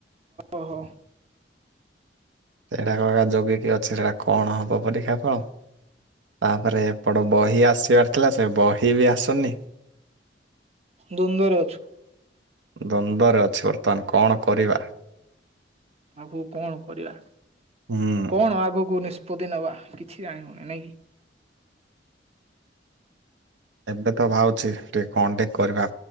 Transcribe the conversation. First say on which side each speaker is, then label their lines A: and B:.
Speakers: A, on the right (about 35°); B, on the right (about 80°).
A: ଓହୋ
B: ସେଇଟା କା ଯୋଗ କିି ଅଛି ସେଇଟା କଣ ହବ ପରୀକ୍ଷା ଫଳ। ତାପରେ ଏପଟ ବହି ଆସିବାର ଥିଲା ସେ ବହି ବି ଆସୁନି।
A: ଦ୍ୱନ୍ଦରେ ଅଛୁ।
B: ଦ୍ୱନ୍ଦରେ ଅଛି ବର୍ତ୍ତମାନ କଣ କରିବା।
A: ଆଉ କଣ କରିବା
B: ହୁଁ।
A: କଣ ଆଗକୁ ନି ପଦି ନବା କିଛି ଜାଣି ହଉନି ନାଇଁ କି?
B: ଏବେ ତ ଭାବଛି ଟିକେ କଣଟେ କରିବା